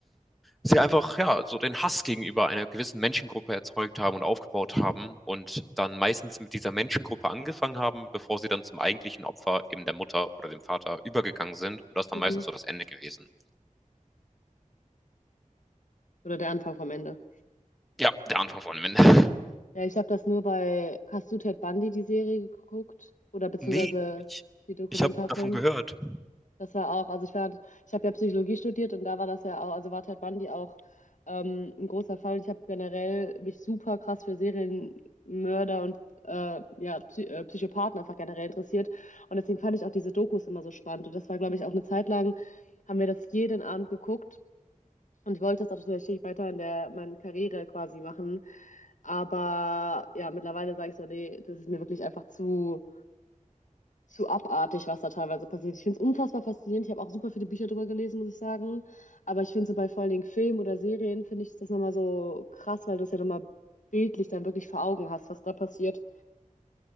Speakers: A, in the centre; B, on the left.
A: sie einfach ja so den Hass gegenüber einer gewissen Menschengruppe erzeugt haben und aufgebaut haben und dann meistens mit dieser Menschengruppe angefangen haben, bevor sie dann zum eigentlichen Opfer eben der Mutter oder dem Vater übergegangen sind und das ist
B: Mhm.
A: dann meistens so das Ende gewesen.
B: Oder der Anfang vom Ende.
A: Ja, der Anfang von dem Ende. <laughs>
B: Ja, ich habe das nur bei Hast du Ted Bundy die Serie geguckt oder beziehungsweise
A: Nee, ich,
B: die Dokumentarfilm.
A: ich habe davon gehört.
B: Das war auch, also ich war, ich habe ja Psychologie studiert und da war das ja auch, also war Ted Bundy auch ähm, ein großer Fall. Und ich habe generell mich super krass für Serienmörder und äh, ja, Psy äh, Psychopathen einfach generell interessiert. Und deswegen fand ich auch diese Dokus immer so spannend. Und das war, glaube ich, auch eine Zeit lang, haben wir das jeden Abend geguckt. Und ich wollte das auch tatsächlich weiter in der meiner Karriere quasi machen. Aber ja, mittlerweile sage ich so, nee, das ist mir wirklich einfach zu zu abartig, was da teilweise passiert. Ich finde es unfassbar faszinierend. Ich habe auch super viele Bücher drüber gelesen, muss ich sagen. Aber ich finde so bei vor allen Dingen Film oder Serien, finde ich das nochmal so krass, weil du es ja nochmal bildlich dann wirklich vor Augen hast, was da passiert.